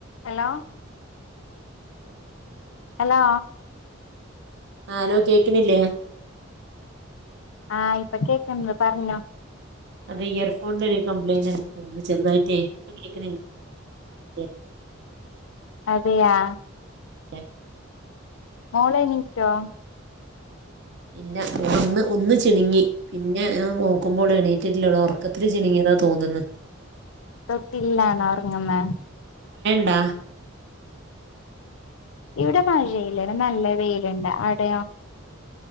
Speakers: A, on the left (about 70°); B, on the right (about 55°).
A: Hello. Hello.
B: ആ hello കേക്ക്‌ണില്ലേ.
A: ആഹ് ഇപ്പൊ കേക്ക്‌ന്ന് പർഞ്ഞോ.
B: അത് ഈ ഒര് ഫ് ഫോൺ നൊര് കംബ്ലൈൻഡ് ണ്ട് ചെർതായ്റ്റേ. കേക്ക്ണിൽ ല്ലേ.
A: അതെയാ
B: എഹ്
A: ഓളെനി റ്റൊ
B: ഇല്ല ഓളൊന്ന് ഒന്ന് ചിണ്ങ്ങി പിന്ന നോക്കുമ്പോള് എണീറ്റിട്ടിലോള് ഒറക്കത്തില് ചിണുങ്ങിയതാ തോന്ന്ന്ന്.
A: തൊട്ടില്ലാണോ ഒർങ്ങ്ന്നേ.
B: ആഹ്
A: ഇവിടെ മഴയില്ല. നല്ല വെയില്ണ്ട്. ആടെയോ?